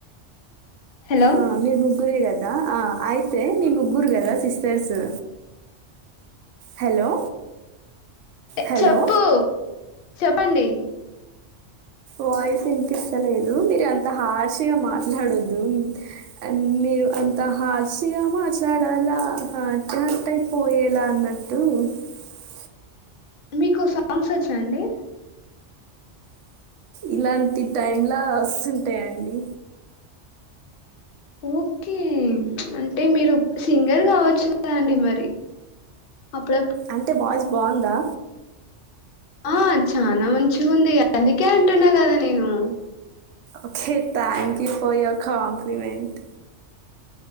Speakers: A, on the left (about 55°); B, on the right (about 85°).
A: హలో
B: ఆ మీర్ ముగ్గురె గద్ దా ఆ అయితే, మీ ముగ్గురు గద సిస్టర్సు. హలో
A: ఎ
B: హలో
A: చెప్పు చెప్పండి.
B: వాయిస్ ఇన్పిస్తలేదు. మీరు అంత హార్షగ మాట్లాడొద్దు, ఉమ్ అన్ మీ మీరు అంత హార్షిగ మాట్లాడలా, హర్ట్ హట్ అయిపొయేల అన్నట్టు. వామ్మొ
A: మీకు సాంగ్స్ వచ్చా అండి?
B: ఇలాంటి టైంలా వస్తుంటాయంండి.
A: ఓకే అంటే మీరు సింగర్ గావచ్చు కదండి. మరి అప్పుడప్
B: అంటే వాయిస్ బావుందా?
A: ఆ చానా మంచిగుందిగా, అందుకే అంటున్నా కదా నేను.
B: Okay thank you for your compliment.